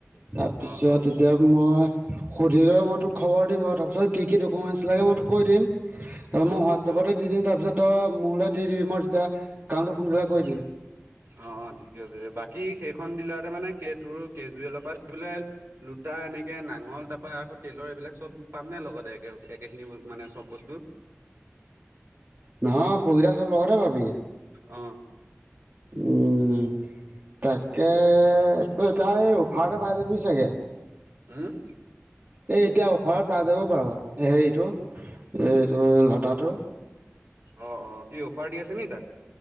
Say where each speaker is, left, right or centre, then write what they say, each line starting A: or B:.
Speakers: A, on the right; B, on the right.
A: তাপিছত
B: অ', অ',
A: এতিয়া মই সুধি লৈ মই তোক খবৰ দিম বাৰু তাপিছতে কি কি ডকমেণ্টছ লাগে মই তোক কৈ দিম। তাপা
B: অ',
A: মই হোৱাটছাপতে
B: অ', কৰিবি
A: দি দিম তাপিছত তই মোলে দি দিবি মই তেতিয়া কামটো সোনকালে কৰি দিম।
B: অঁ অঁ ঠিকে আছে বাকী সেইখন দিলাৰতে মানে কে তোৰ কেজুৱেলৰ পা লে লোটা এনেকে নাঙল তাপা তেলৰ এইবিলাক চব পাম নে লগতে একে একেখিনি মানে চব বস্তু
A: নহয় সুবিধা চব লগতে পাবি
B: অঁ।
A: উম তাক। কে তই এতিয়া এই অফাৰতে পাই যাবি চাগে
B: হোম
A: এ এতিয়া অফাৰত পাই যাবও পাৰ হেৰিটো এইটো লতাটো
B: অ', অ', কি অফাৰ দি আছে নি তাত?